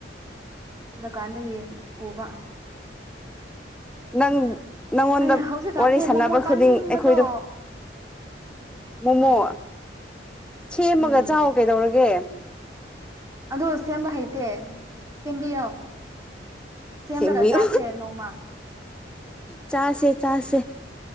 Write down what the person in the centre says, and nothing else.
ꯅꯪ ꯅꯪꯉꯣꯟꯗ
ꯋꯥꯔꯤ ꯁꯥꯟꯅꯕ
ꯈꯨꯗꯤꯡ ꯑꯩꯈꯣꯏꯗꯣ ꯃꯣꯃꯣ
ꯁꯦꯝꯃꯒ
ꯆꯥꯎ ꯀꯩꯗꯧꯔꯒꯦ
ꯁꯦꯝꯕꯤꯑꯣ
ꯆꯥꯁꯦ ꯆꯥꯁꯦ